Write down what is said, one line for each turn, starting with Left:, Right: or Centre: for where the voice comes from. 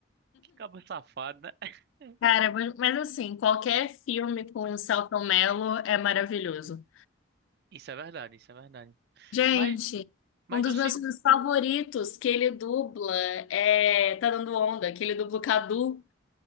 Right: Que cabo safado, né? <laughs>
Left: Cara, mas mas assim, qualquer filme com o Selton Mello é maravilhoso.
Right: Isso é verdade, isso é verdade.
Left: Gente,
Right: Mas, mas
Left: um dos
Right: do,
Left: meus
Right: cin-
Left: filmes favoritos que ele dubla é Tá Dando Onda, que ele dubla o Cadu.